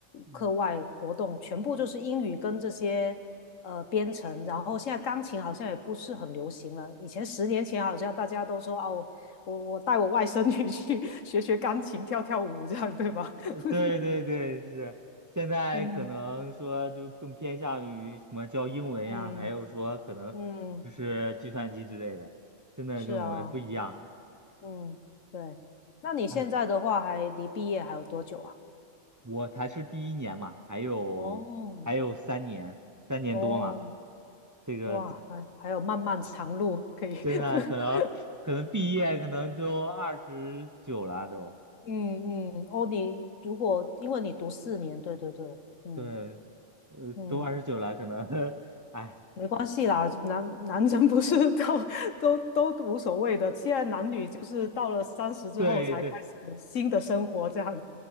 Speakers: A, on the right; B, on the left.
A: 嗯
B: 课外活动，全部就是英语跟这些呃编程，然后现在钢琴好像也不是很流行了。以前十年前好像大家都说哦，我我带我外甥女去 <laughs> 学学钢琴，跳跳舞这样，对吧？
A: 呃对对对，
B: <laughs>
A: 是现在可能说就更偏向于什么教英文呀，
B: 嗯嗯。
A: 还有说可能就是计算机之类的，
B: 嗯，
A: 真的跟我们不一样。
B: 是啊。嗯，对。那你现在的话，
A: 哎，
B: 还离毕业还有多久啊？
A: 我才是第一年嘛，还有还有三年，
B: 哦，
A: 三年多嘛，
B: 哦，
A: 这个
B: 哇，还还有漫漫长路可以。<laughs>
A: 真的可能可能毕业可能就二十九了都，
B: 嗯嗯，哦，你如果因为你读四年，对对对，嗯
A: 对，呃，
B: 嗯，
A: 都二十九了，可能，<laughs> 哎，
B: 没关系啦，男男人不是到 <laughs> 都都无所谓的，现在男女就是到了三十之后才开始新的生活，
A: 对对
B: 这样，